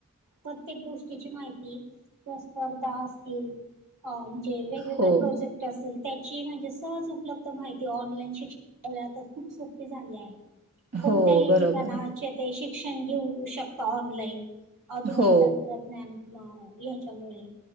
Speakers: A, on the right; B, on the right.
A: प्रत्येक गोष्टीची माहिती किंवा स्पर्धा असतील अ वेगवेगळे
B: हो
A: प्रोजेक्ट असतील त्याची म्हणजे सहज उपलब्ध माहिती ऑनलाईन शिक्ष आता खूप सोपे झाले आहे. कोणत्याही
B: हो बरोबर
A: ठिकाणाचे ते शिक्षण घेऊ शकत ऑनलाईन आधुनिक
B: हो
A: तंत्रज्ञान. नाव याच्यामुळे